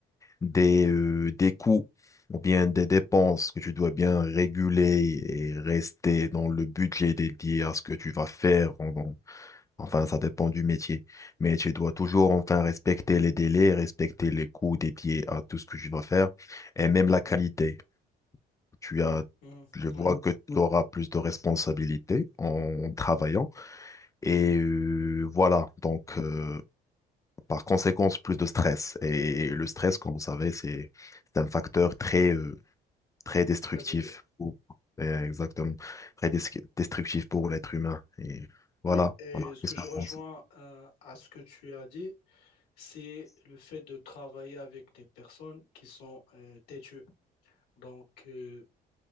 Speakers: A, on the left; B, on the left.
A: des, euh, des coûts ou bien des dépenses que tu dois bien réguler et rester dans le budget dédié à ce que tu vas faire. en- en- Enfin, ça dépend du métier. Mais tu dois toujours enfin respecter les délais, respecter les coûts dédiés à tout ce que tu vas faire et même la qualité. Tu as,
B: Mhm.
A: je vois
B: Oui,
A: que tu auras plus de responsabilités en travaillant. Et euh, voilà, donc... euh, par conséquence, plus de stress. Et le stress, comme vous savez, c'est c'est un facteur très, euh, très destructif.
B: très élevé.
A: Ou- euh, Exactement. Très des- destructif pour l'être humain. Et
B: Oui,
A: voilà.
B: et
A: Voilà.
B: ce
A: Qu'est-ce
B: que je
A: que vous
B: rejoins
A: pensez?
B: euh, à ce que tu as dit, c'est le fait de travailler avec des personnes qui sont euh, têtues, donc, euh,